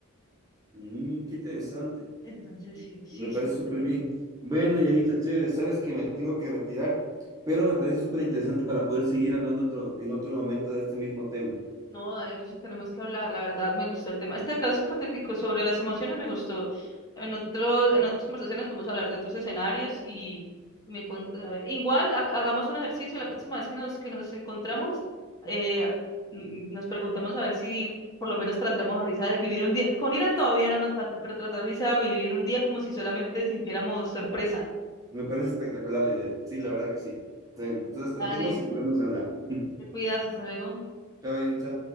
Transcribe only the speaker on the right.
Mm, qué interesante.
Me parece
súper bien.
Bueno, Yarita, chévere, sabes que me tengo que retirar, pero me parece súper interesante para poder seguir hablando otro, en otro momento de este mismo tema.
Me parece espectacular la idea. Sí, la
verdad que sí. Entonces, tratemos
y volvemos a hablar. <laughs>
Chao, Yarita.